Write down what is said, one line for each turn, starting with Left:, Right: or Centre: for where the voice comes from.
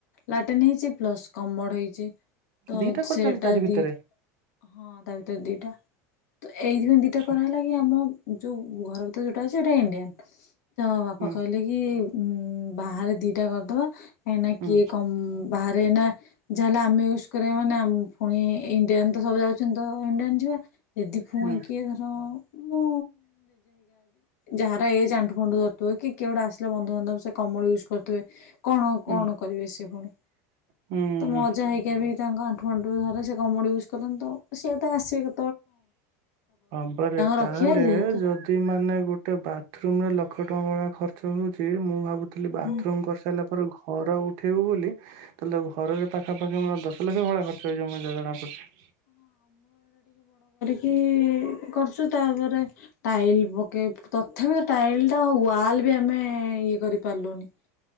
Left: ଲାଟିନି ହେଇଚି ପ୍ଲସ୍ କମଡ଼ ହେଇଚି। ତ
Right: ଦିଟା କରିଛନ୍ତି
Left: ସେଟା
Right: ତାରି ଭିତରେ
Left: ଦି ହଁ ତା ଭିତରେ ଦିଟା ଏଇଥି ପାଇଁ ଦିଟା
Right: ଆଛା
Left: କରାହେଲା କି ଆମ ଯଉ ଘର ଭିତରେ ଯୋଉଟା ଅଛି ସେଇଟା ଇଣ୍ଡିଆନ୍ ତ ବାପା
Right: ହୁଁ
Left: କହିଲେ କି ଉଁ ବାହାରେ ଦିଟା କରିଦବା ହେଁନା
Right: ହୁଁ
Left: କିଏ କମ ବାହାରେ ନା। ଯାଲା ଆମେ। ୟ କରିବା ମାନେୁଣି ଇଣ୍ଡିଆ ତ ସବୁାଉ। ପର୍ଯ୍ୟ ଏଣ୍ଡ ଆଣି ଯିବା। ଯଦି ପୁଣି
Right: ହୁଁ
Left: କିଏ ଧର ମୁଁ। ଯାହାର ଏାଣ୍ଠୁ ଫୁଣ୍ୁ ଧରଥିବ କିଏ ଗୋଟେ ଆସିଲେ ବନ୍ଧୁବାନ୍ଧବ ସେ କମଳ ୟୁଜ୍ କରଥିବେ କଣ
Right: ହୁଁ
Left: କଣ କରିବେ ସେ ପୁଣି
Right: ହୁଁ
Left: ତ ମଜା ହେଇକି ବି ତାଙ୍କ ଆଠୁଣ୍ୁରେ ସେ କମୁ ୁଜ କରନ୍ତି ତ ସ ସେଏ ତ ଆସେ କେ
Right: ହଁବାରେ
Left: ରଖିବା
Right: ତାହେଲେ
Left: ଯେହେତୁ
Right: ଯଦି ମାନେ। ଗୋଟେ ବାଥରୁମ ରେ ଲକ୍ଷ ଟଙ୍କା ଭଳିଆ ଖର୍ଚ୍ଚ ହଉଛି ମୁଁ ଭାବୁ। ଥିଲ ବାଥରୁମ
Left: ହଁ
Right: କରିସାରିଲା ପରେ ଘର ଉଠ। ଠଉ ବୋଲି। ତା ଘରରେ ପାଖା ପାାଖି ମର। ତାଲେ ଭଳି ଖର୍୍ଚ ଜମା ଜଣା ପଡ଼ଛି।
Left: କି କରୁଛୁ ତାପରେ। ଟାଇଲ ପକେ ତଥାପି ତ ପଟା ୱାଲ ଆମେ ଇଏ କରିପାରିଲୁନି